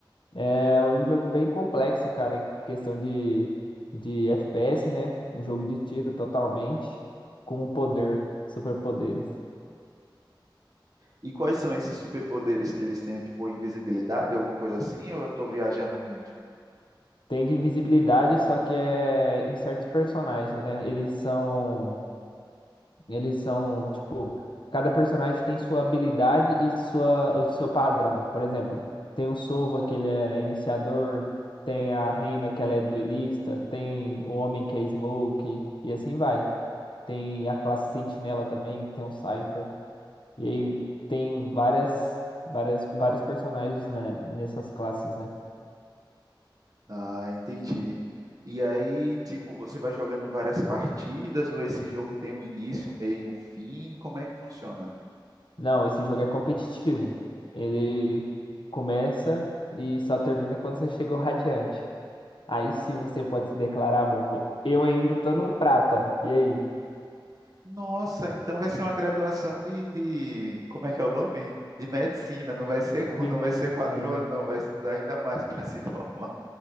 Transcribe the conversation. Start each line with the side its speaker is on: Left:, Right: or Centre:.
Left: É um jogo bem complexo, cara, em questão de, de FPS, né? Um jogo de tiro totalmente, com um poder, superpoderes.
Right: E quais são esses superpoderes que eles têm? Tipo, invisibilidade, alguma coisa assim? Ou eu tô viajando muito?
Left: Tem de invisibilidade, só que é em certos personagens, né? Eles são Eles são, tipo, cada personagem tem sua habilidade e sua, e seu padrão. Por exemplo, tem o Sova, que ele é iniciador, tem a Reina, que ela é duelista, tem o Homem, que é Smoke, e assim vai. Tem a classe Sentinela também, que tem um Cypher. E aí tem várias, várias, vários personagens, né, nessas classes, né?
Right: Ah, entendi. E aí, tipo, você vai jogando várias partidas ou esse jogo tem um início, um meio e um fim? Como é que funciona?
Left: Não, esse jogo é competitivo. Ele começa e só termina quando você chega ao Radiante. Aí sim você pode se declarar bom. Eu ainda tô no prata. E aí?
Right: Nossa, então vai ser uma graduação de, de, como é que é o nome? De medicina. Não vai ser, qu-
Left: De
Right: não
Left: medicina.
Right: vai ser quatro anos, não. Vai estudar ainda mais para se <laughs> formar.